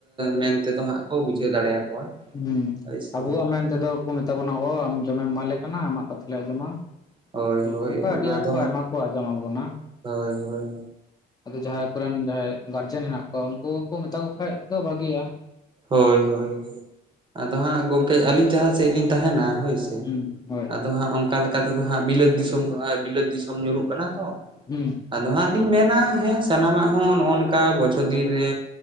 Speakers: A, on the right; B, on the left.
A: ᱢᱮᱱᱛᱮᱫᱚ ᱦᱟᱸᱜ ᱠᱚ ᱵᱩᱡᱷᱟᱹᱣ ᱫᱟᱲᱮᱭᱟᱠᱚᱣᱟ᱾
B: ᱦᱩᱸ
A: ᱦᱳᱭ ᱥᱮ
B: ᱟᱵᱚᱣᱟᱜ
A: ᱵᱟᱝ
B: ᱢᱮᱱᱛᱮᱫᱚ ᱠᱚ ᱢᱮᱛᱟ ᱵᱚᱱᱟ ᱠᱚ ᱟᱢ ᱡᱚᱢᱮᱢ ᱮᱢᱟᱞᱮ ᱠᱟᱱᱟ ᱟᱢᱟᱜ ᱠᱟᱛᱷᱟ ᱞᱮ ᱟᱸᱡᱚᱢᱟ᱾
A: ᱦᱳᱭ ᱦᱳᱭ
B: ᱱᱚᱝᱠᱟ
A: ᱚᱱᱟ
B: ᱟᱹᱰᱤ ᱟᱸᱴ
A: ᱫᱚ
B: ᱠᱚ
A: ᱦᱟᱸᱜ
B: ᱟᱭᱢᱟ ᱠᱚ ᱟᱸᱡᱚᱢ ᱟᱵᱚᱱᱟ᱾
A: ᱦᱳᱭ ᱦᱳᱭ᱾
B: ᱟᱫᱚ ᱡᱟᱦᱟᱸᱭ ᱠᱚᱨᱮᱱ ᱡᱟᱦᱟᱸᱭ ᱜᱟᱨᱡᱮᱱ ᱦᱮᱸᱱᱟᱜ ᱠᱚᱣᱟ ᱩᱱᱠᱩ ᱠᱚ ᱢᱮᱛᱟ ᱠᱚ ᱠᱷᱟᱡ ᱫᱚ ᱵᱷᱟᱜᱮᱭᱟ᱾
A: ᱦᱳᱭ ᱦᱳᱭ᱾ ᱟᱫᱚ ᱦᱟᱸᱜ ᱜᱚᱢᱠᱮ ᱟᱹᱞᱤᱧ ᱡᱟᱦᱟᱸ ᱥᱮᱫ ᱞᱤᱧ ᱛᱟᱦᱮᱸᱱᱟ ᱦᱳᱭ ᱥᱮ᱾
B: ᱦᱩᱸ ᱦᱳᱭ
A: ᱟᱫᱚ ᱦᱟᱸᱜ ᱚᱝᱠᱟ ᱞᱮᱠᱟ
B: ᱦᱩᱸ
A: ᱛᱮᱫᱚ ᱦᱟᱸᱜ ᱵᱤᱞᱟᱹᱛ ᱫᱤᱥᱚᱢ ᱠᱚ ᱵᱤᱞᱟᱹᱛ ᱫᱤᱥᱚᱢ ᱧᱩᱨᱩᱜ ᱠᱟᱱᱟ ᱛᱚ,
B: ᱦᱩᱸ᱾
A: ᱟᱫᱚ ᱦᱟᱸᱜ ᱞᱤᱧ ᱢᱮᱱᱟ ᱦᱮᱸ ᱥᱟᱱᱟᱢᱟᱜ ᱦᱚᱸ ᱱᱚᱜᱼᱚ ᱱᱚᱝᱠᱟ ᱵᱚᱪᱷᱚᱨ ᱫᱤᱱ ᱨᱮ